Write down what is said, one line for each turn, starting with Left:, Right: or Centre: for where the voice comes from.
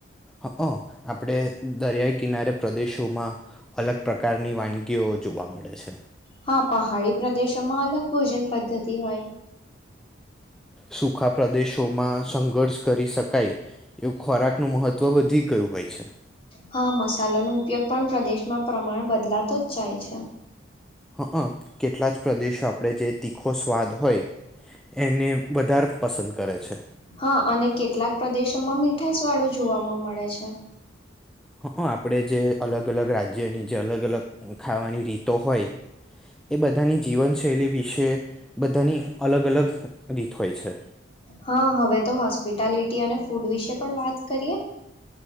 Centre: હ આપણેે દરિયા કિનારે પ્રદેશોમાં અલગ પ્રકારની વાનગીઓ જોવા મળે છે.
Left: હા પહાડી પ્રદેશોમાં અલગ ભોજન પદ્ધતિ હોય.
Centre: સુખા પ્રદેશોમાં સંઘર્ષ કરી શકાય એવું ખોરાકનું મહત્ત્વ વધી ગયું હોય છે.
Left: હા મસાલોનો ઉપયોગ પણ પ્રદેશમાં પ્રમાણ બદલાતો જ જાય છે.
Centre: હ કેટલા જ પ્રદેશો આપણે જે તીખો સ્વાદ હોય એને વધારે પસંદ કરે છે.
Left: હા અને કેટલાક પ્રદેશોમાં મીઠાાસવાળું જોવાવામાં મળે છે.
Centre: હ આપણે જે અલગ અલગ રાજ્યની જે અલગ અલગ ખાવાની રીતો હોય એ બધાની જીવનશૈલી વિશે બધાની અલગ અલગ આ થય છે.
Left: હા હવે તો હોસ્પિટાલિટી અને ફૂડ વિશે પણ વાત કરીએ